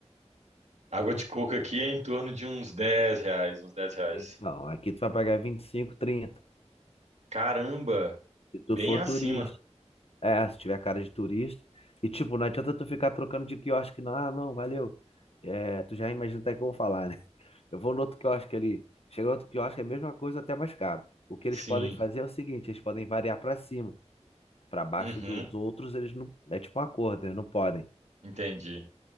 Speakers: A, on the right (about 75°); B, on the left (about 60°).
A: Água de coco aqui é em torno de uns dez reais, uns 10 reais.
B: Então, aqui tu vai pagar 25, trinta.
A: Caramba,
B: se tu
A: bem
B: for
A: acima.
B: turista. É, se tiver cara de turista. E tipo, não adianta tu ficar trocando de quiosque, não. Ah, não, valeu. É, tu já imagina até que eu vou falar, né? Eu vou no outro quiosque ali. Chega outro quiosque, é a mesma coisa, até mais caro. O que eles
A: Sim,
B: podem fazer é o seguinte, eles podem variar pra cima. Pra baixo
A: uhum,
B: dos outros, eles não... É tipo um acordo, eles não podem.
A: entendi,